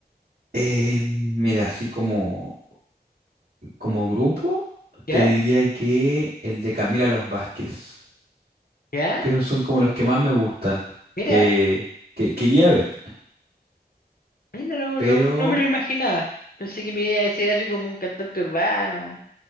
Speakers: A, on the right (about 70°); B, on the left (about 60°).
A: Eh, mira, así como, como grupo,
B: ¿Ya?
A: te diría que el de Camila Los Vázquez,
B: ¿Ya?
A: que esos son como los que más me gustan,
B: Mira.
A: que, que, que iría a ver,
B: Mira, no,
A: pero
B: no, no no me lo imaginaba. Pensé que me iba a decir así como un cantante urbano.